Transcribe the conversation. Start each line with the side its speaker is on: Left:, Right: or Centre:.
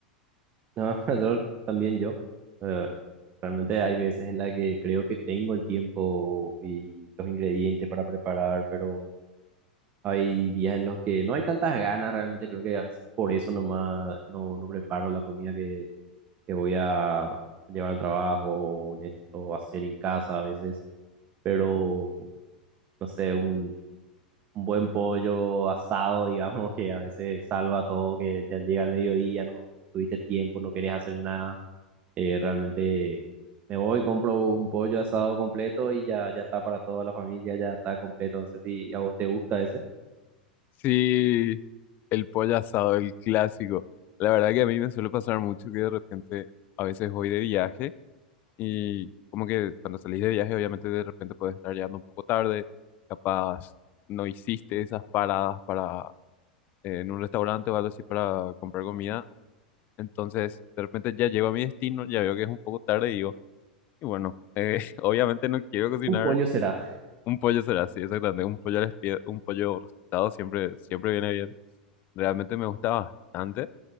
Right: No, <laughs> yo también yo. eh, realmente hay veces en las que creo que tengo el tiempo y los ingredientes para preparar, pero hay días en los que no hay tantas ganas, realmente creo que a veces por eso nomás no, no preparo la comida que, que voy a llevar al trabajo o necesito hacer en casa a veces, pero no sé, un, un buen pollo asado, <laughs> digamos, que a veces salva todo, que ya llega el mediodía, no tuviste tiempo, no querés hacer nada eh, realmente me voy, compro un pollo asado completo y ya, ya está para toda la familia, ya está completo. No sé si a vos te gusta ese.
Left: Sí, el pollo asado, el clásico. La verdad que a mí me suele pasar mucho que de repente a veces voy de viaje y como que cuando salís de viaje obviamente de repente puedes estar llegando un poco tarde, capaz no hiciste esas paradas para eh, en un restaurante o algo así para comprar comida. Entonces de repente ya llego a mi destino, ya veo que es un poco tarde y digo, y bueno, eh, <laughs> obviamente no quiero cocinar.
Right: Un pollo será.
Left: Un pollo será así, exactamente. Un pollo al espie- un pollo rostizado siempre, siempre viene bien. Realmente me gusta bastante.